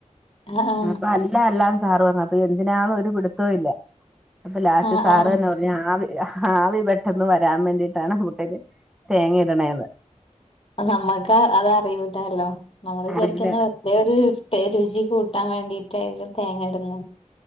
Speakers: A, on the left (about 45°); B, in the centre.
A: ആ ആ
B: അപ്പൊ അല്ല അല്ലാ സാറ് പറഞ്ഞ് അപ്പൊ എന്തിനാന്ന് ഒരു പിടുത്തവും ഇല്ല അപ്പൊ ലാസ്റ്റ്
A: ആ
B: സാറ്
A: ആ
B: തന്നെ പറഞ്ഞ ആവി ആവി പെട്ടെന്ന് വരാൻ വേണ്ടിട്ടാണ് മുട്ടയില് തേങ്ങ ഇടണേന്ന്
A: നമ്മുക്ക് അത് അറിയൂലല്ലോ നമ്മള് വിചരിക്കുന്ന
B: അറിവില്
A: വെറുതെ ഒരു രുചി കൂട്ടാൻ വേണ്ടിട്ട് ഇത് തേങ്ങടുന്ന